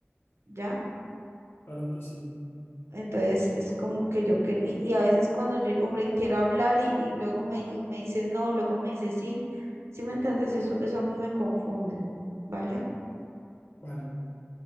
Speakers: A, on the right; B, on the left.
A: ¿ya?
B: Claro que sí.
A: Entonces es como que yo, que, y, y a veces cuando yo digo, hombre, quiero hablar y, y luego me, di- me dice no, luego me dice sí, ¿sí me entiendes? Eso, eso a mí me confunde, ¿vale?
B: Vale,